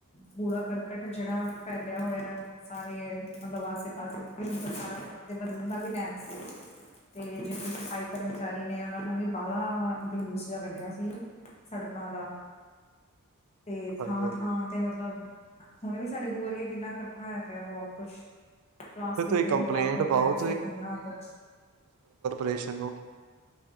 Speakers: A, on the left; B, on the right.
A: ਕੂੜਾ ਕਰਕਟ ਜਿਹੜਾ ਫੈਲਿਆ ਹੋਇਆ ਸਾਰੇ ਮਤਲਬ ਆਸੇ ਪਾਸੇ <unintelligible> ਖਾਣਾ ਤੇ ਬਦਲਣ ਦਾ ਵੀ ਟਾਈਮ ਸੀ। ਤੇ ਜਿਹੜੇ ਸਫਾਈ ਕਰਮਚਾਰੀ ਨੇ ਉਹਨਾਂ ਨੇ ਵੀ ਬਾਹਲਾ ਜਲੂਸ ਦਾ ਕੱਢਿਆ ਸੀ। ਸੜਕਾਂ ਦਾ ਤੇ ਥਾਂ
B: ਹਾਂਜੀ-ਹਾਂਜੀ,
A: ਥਾਂ ਤੇ ਮਤਲਬ ਹੁਣੇ ਵੀ ਸਾਡੇ ਬੂਹੈ ਅੱਗੇ ਕਿੰਨਾ ਇਕੱਠਾ ਹੋਇਆ ਪਿਆ ਬਹੁਤ ਕੁਛ ਪਲਾਸਟਿਕ
B: ਤੇ ਤੁਸੀਂ
A: ਦੇ
B: ਕੰਪਲੇਂਟ
A: ਲਿਫਾਫੇ
B: ਪਾਓ
A: ਕਿੰਨਾ ਕੁਛ
B: ਤੇ ਸਾਨੂੰ